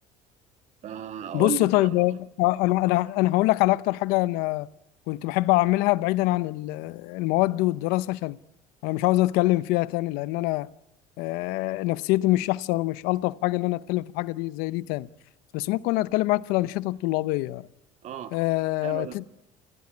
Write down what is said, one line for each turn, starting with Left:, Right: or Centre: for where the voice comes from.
Right: فقول
Left: بص
Right: لي
Left: طيب
Right: كده
Left: آه، أنا أنا أنا هقول لك على أكتر حاجة أنا كنت بحب أعملها بعيدا عن ال- المواد والدراسة عشان أنا مش عاوز أتكلم فيها تاني لأن أنا آه، نفسيتي مش أحسن ومش ألطف حاجة إن أنا أتكلم في حاجة دي زي دي تاني بس ممكن أتكلم معاك في الأنشطة الطلابية
Right: اه
Left: آه،
Right: حلو ده